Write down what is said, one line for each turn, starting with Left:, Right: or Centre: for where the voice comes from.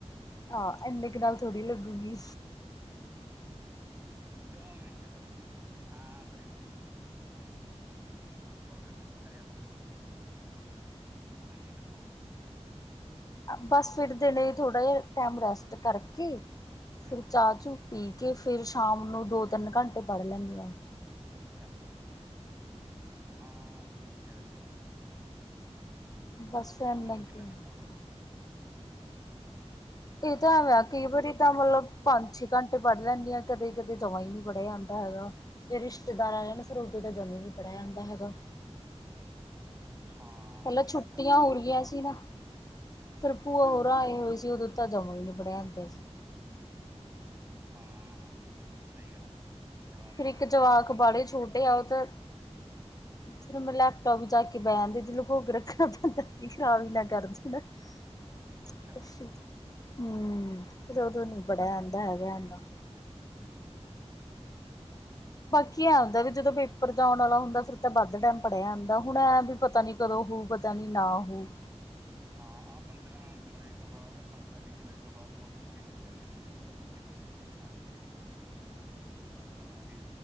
Left: ਆਹ ਇੰਨੇ ਕੁ, ਨਾਲ ਥੋੜੀ ਲੱਗੂਗੀ।
Right: ਦੋ ਮਿੰਟ, ਹੋਰ, ਹਾਂ ਪ੍ਰੀਤੀ ਕੋਲ ਰਹਾ, ਕਰਿਆ ਕਰ। ਹਾਂਜੀ, ਦੱਸੋ?
Left: ਆਪਾ ਬਸ, ਫਿਰ ਦੇ ਲਈ ਥੋੜਾ ਜਿਹਾ ਟਾਈਮ ਰੈਸਟ ਕਰਕੇ,
Right: ਹੂੰ
Left: ਫਿਰ ਚਾਹ ਚੂ ਪੀ ਕੇ, ਫੇਰ ਸ਼ਾਮ ਨੂੰ, ਦੋ- ਤਿੰਨ ਘੰਟੇ ਪੜ੍ਹ ਲੈਂਦੇ ਆ।
Right: ਅੱਛਾ। ਹੂੰ, ਹਾਂ ਠੀਕ ਹੈ ਵੈਸੇ। ਦੋ
Left: ਬਸ
Right: -ਤਿੰਨ ਘੰਟੇ।,
Left: ਫਿਰ ਇੰਨਾ
Right: ਔਵਰ ਆਲ
Left: ਕੀ
Right: ਕਿੰਨਾ
Left: ਹੁੰਦਾ।
Right: ਘੰਟਾ ਪੜ੍ਹਦੇ ਹੋ?
Left: ਇਹ
Right: ਓਵਰਆਲ
Left: ਤਾਂ
Right: ਕਿੰਨੇ
Left: ਐਵੇਂ,
Right: ਕੁ ਟਾਈਮ
Left: ਕਈ
Right: ਪੜ੍ਹਦੇ
Left: ਵਾਰੀ ਏਦਾਂ
Right: ਹੋ
Left: ਮਤਲਬ ਪੰਜ ਛੇ ਘੰਟੇ ਪੜ੍ਹ ਲੈਂਦੇ ਆਾ, ਕਦੇ -ਕਦੇ ਜਮਾਂ ਹੀ ਨਹੀਂ ਪੜ੍ਹਿਆ ਜਾਂਦਾ ਹੈਗਾ। ਤੇ, ਰਿਸ਼ਤੇਦਾਰ ਆਏ ਨਾ, ਫਿਰ ਉਦੋਂ ਤਾਂ ਜੰਮ ਹੀ ਪੜ੍ਹਿਆ ਜਾਂਦਾ ਹੈਗਾ।
Right: ਹਾਂ
Left: ਪਹਿਲਾਂ
Right: ਇਹ
Left: ਛੁੱਟੀਆਂ
Right: ਗੱਲ ਤਾਂ ਮੈਟਰ
Left: ਹੋ
Right: ਕਰਦੀ
Left: ਰਹੀਆਂ
Right: ਆ
Left: ਸੀ ਨਾ,
Right: ਹੂੰ
Left: ਫਿਰ
Right: ਜਵਾਕਾਂ
Left: ਭੂਆ ਹੋਰ
Right: ਨੂੰ
Left: ਆਏ ਹੋਏ ਸੀ ਉਦੋਂ। ਤਾਂ ਜਮੋਂ ਹੀ ਨਹੀਂ ਪੜ੍ਹਿਆਦੇ ਸੀ।
Right: ਹਾਂ, ਸਹੀ ਗੱਲ ਆ। ਜਵਾਕ ਨੀ
Left: ਫਿਰ ਇੱਕ
Right: ਤੰਗ
Left: ਜਵਾਕ ਬਾਲੇ
Right: ਨੀ ਹਟਦੇ
Left: ਛੋਟੇ ਆ ਉਹ ਤਾਂ। ਫੇਰ ਮੈਂ ਲੈਪਟੋਪ ਵੀ ਜਾ ਕੇ ਬਹ ਅੰਦੀ, ਲੂਕੋ ਕੇ ਰੱਖਣਾ ਪੈਂਦਾ, ਜੀ ਖਰਾਬ ਹੀ ਨਾ ਕਰ ਦੇਣ। <unintelligible> ਹੂੰ,
Right: ਅੱਛਾ ਹਾਂ
Left: <unintelligible>
Right: ਇਹ ਗੱਲ
Left: ਉਦੋਂ
Right: ਤਾਂ
Left: ਨੀ
Right: ਹੈਗੀ
Left: ਬੜਾ
Right: ਆ
Left: ਆਹਦਾ ਹੈਗਾ ਇਦਾ
Right: ਹੂੰ, ਸਹੀ ਗੱਲ ਆ।
Left: ਕੀ ਐ ਹੁੰਦਾ ਵੀ, ਜਦੋਂ ਪੇਪਰ ਜਾਣ ਆਲਾ ਹੁੰਦਾ ਫਿਰ ਤਾਂ ਵੱਧ ਟਾਈਮ ਪੜ੍ਹਿਆ ਹੋਂਦਾ, ਹੁਣ ਐਂ ਵੀ ਪਤਾ ਨੀ। ਕਦੋਂ ਹਉ ਪਤਾ ਨੀ ਨਾ ਹੋਊ।
Right: ਹਾਂ, ਆਹ ਪੰਦਰਾਂ ਜੁਲਾਈ ਤੋਂ ਬਾਅਦ, ਪੰਦਰਾਂ ਵੀਹ ਜੁਲਾਈ ਤੋਂ ਬਾਅਦ, ਨੋਟੀਫਿਕੇਸ਼ਨ ਕਹਿ ਰਹੇ ਨੇ ਵੀ ਕਲਰਕ। ਨੋਟੀਫਿਕੇਸ਼ਨ ਆਜੁਗੀ ਰੀ ਓਪਨ ਦੀ। ਅਗਰ ਉਹਨਾਂ ਦੀ